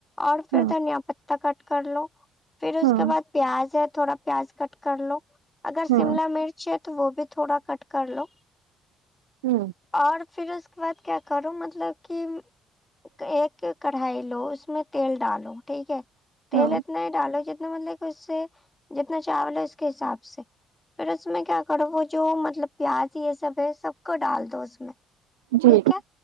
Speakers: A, on the left; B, on the right.
A: اور پھر
B: ہاں
A: دھنیا پتہ کٹ کرلو پھر اس
B: ہاں
A: کے بعد پیاز ہے تھوڑا پیاز کٹ کرلو اگر
B: ہاں
A: شملا مرچ ہے تو وہ بھی تھوڑا کٹ کر لو
B: امم
A: اور پھر اس کے بعد کیا کروں مطلب کہ ایک ہی کٹ دھائی لو اس میں تیل ڈالو ٹھیک ہے تیل
B: ہاں
A: اتنا ہی ڈالو جتنا مطلب اس سے جتنا چاول ہے اس کے حساب سے پھر اس میں کیا کرو وہ جو مطلب پیاز یہ سب ہے سب کو ڈال دو اس میں
B: جی
A: ٹھیک ہے